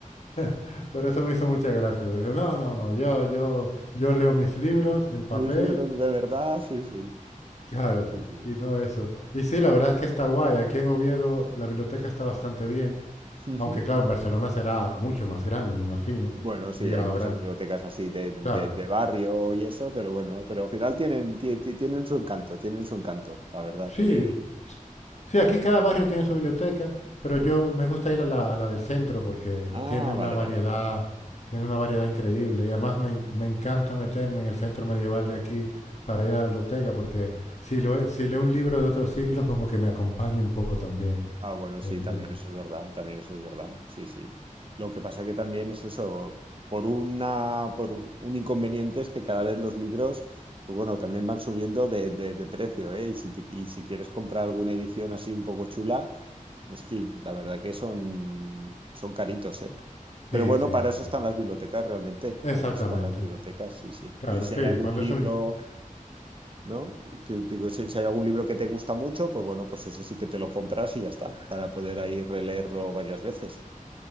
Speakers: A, on the left (about 55°); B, on the right (about 40°).
A: <laughs> Pero eso me hizo mucha gracia. Me dice, no, no, no, yo, yo, yo leo mis libros en papel
B: Mis libros de verdad, sí, sí,
A: Claro,
B: sí, sí.
A: y no eso. Y sí, la verdad es que está guay. Aquí en Oviedo la biblioteca está bastante bien,
B: Ujú.
A: aunque claro, en Barcelona será mucho más grande, me imagino.
B: Bueno, sí,
A: Allá
B: hay muchas
A: habrá,
B: bibliotecas así de, de-
A: claro.
B: de barrio y eso, pero bueno, pero al final tienen, ti- ti- tienen su encanto, tienen su encanto, la verdad
A: Sí,
B: que...
A: s- sí, aquí cada barrio tiene su biblioteca, pero yo
B: Ujú.
A: me gusta ir a la, a la del centro porque
B: Ah,
A: tiene una
B: vale,
A: variedad,
B: vale.
A: tiene una variedad increíble. Y además me, en- me encanta meterme en el centro medieval de aquí para ir a la biblioteca, porque si, lo- si leo un libro de otro siglo, <laughs> como que me acompaña un poco también.
B: Ah, bueno,
A: El,
B: sí, también
A: el,
B: eso es verdad, también eso es verdad, sí, sí. Lo que pasa que también es eso, por una, por un un inconveniente es que cada vez los libros, pues bueno, también van subiendo de, de- de precio, ¿eh? Y si, te- y si quieres comprar alguna edición así un poco chula, hostia, la verdad que son, son caritos, ¿eh? Pero
A: sí,
B: bueno,
A: sí,
B: para eso
A: sí.
B: están las bibliotecas realmente,
A: Exactamente.
B: para eso están las bibliotecas, sí, sí.
A: Claro,
B: Y si
A: sí.
B: hay algún
A: Cuando
B: libro...
A: es un...
B: ¿no? Que digo, si, si hay algún libro que te gusta mucho, pues bueno, pues ese sí que te lo compras y ya está, para poder ahí releerlo varias veces.